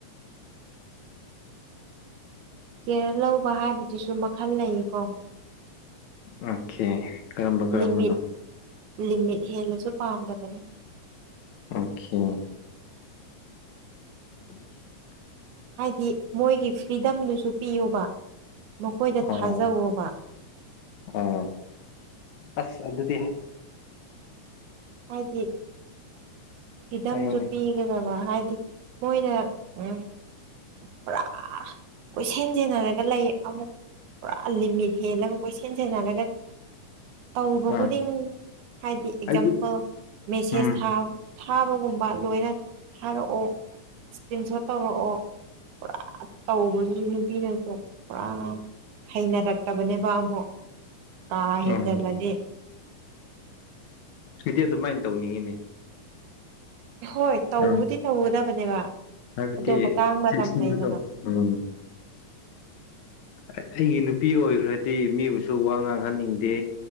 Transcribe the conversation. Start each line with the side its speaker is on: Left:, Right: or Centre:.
Right: ꯀꯦꯔ ꯂꯧꯕ ꯍꯥꯏꯕꯗꯨꯁꯨ ꯃꯈꯜ ꯂꯩꯌꯦꯀꯣ
Left: ꯑꯣꯀꯦ ꯀꯔꯝꯕ ꯀꯔꯝꯕꯅꯣ
Right: ꯂꯤꯃꯤꯠ ꯂꯤꯃꯤꯠ ꯍꯦꯜꯂꯁꯨ ꯄꯥꯝꯗꯕꯅꯤ
Left: ꯑꯣꯀꯦ <inaudible>
Right: ꯍꯥꯏꯗꯤ ꯃꯣꯏꯒꯤ ꯐ꯭ꯔꯤꯗꯝꯗꯨꯁꯨ ꯄꯤꯌꯨꯕ ꯃꯈꯣꯏꯗ
Left: ꯑꯣ
Right: ꯊꯥꯖꯋꯕ
Left: ꯑꯣ ꯑꯁ ꯑꯗꯨ ꯑꯗꯨꯗꯤ ꯍꯥꯏ
Right: ꯍꯥꯏꯗꯤ ꯐꯤꯗꯝꯁꯨ
Left: ꯍꯥꯏꯌꯣꯅꯦ
Right: ꯄꯤꯒꯗꯕ ꯍꯥꯏꯗꯤ ꯃꯣꯏꯅ ꯎ ꯄꯨꯔꯥ ꯀꯣꯏꯁꯦꯟ ꯁꯦꯟꯅꯔꯒ ꯂꯩ ꯑꯃꯨꯛ ꯄꯨꯔꯥ ꯂꯤꯃꯤꯠ ꯍꯦꯜꯂꯒ ꯀꯣꯏ ꯁꯦꯟꯖꯟꯅꯔꯒꯗꯤ ꯇꯧꯕ
Left: ꯑꯥ
Right: ꯈꯨꯗꯤꯡꯒꯤ ꯍꯥꯏꯗꯤ ꯑꯦꯛꯖꯥꯝꯄꯜ
Left: ꯑꯩꯗꯤ
Right: ꯃꯦꯁꯦꯁ
Left: ꯎꯝ
Right: ꯊꯥꯕ ꯊꯥꯕꯒꯨꯝꯕ ꯂꯣꯏꯅ ꯊꯥꯔꯛꯑꯣ ꯏꯁꯀ꯭ꯔꯤꯟ ꯁꯣꯠ ꯇꯧꯔꯛꯑꯣ ꯄꯨꯔꯥ ꯇꯧꯕꯗꯨꯁꯨ ꯅꯨꯄꯤꯅꯁꯨ ꯄꯨꯔꯥ ꯍꯩꯅꯔꯛꯇꯕꯅꯦꯕ ꯑꯃꯨꯛ ꯀꯥ ꯍꯦꯟꯖꯤꯜꯂꯗꯤ
Left: ꯎꯝ ꯑꯩꯗꯤ ꯑꯗꯨꯃꯥꯏꯅ ꯇꯧꯅꯤꯡꯉꯤꯅꯦ
Right: ꯍꯣꯏ ꯇꯧꯕꯗꯤ
Left: ꯌꯥꯝ
Right: ꯇꯧꯒꯗꯕꯅꯦꯕ
Left: ꯍꯥꯏꯕꯗꯤ
Right: ꯑꯗꯨ ꯃꯇꯥꯡ ꯃꯇꯝ
Left: ꯆꯦꯛꯁꯤꯟꯕꯗꯣ
Right: ꯂꯩꯗꯅ
Left: ꯎꯝ ꯑꯩꯒꯤ ꯅꯨꯄꯤ ꯑꯣꯏꯈ꯭ꯔꯗꯤ ꯃꯤꯕꯨꯁꯨ ꯋꯥ ꯉꯥꯡꯍꯟꯅꯤꯡꯗꯦ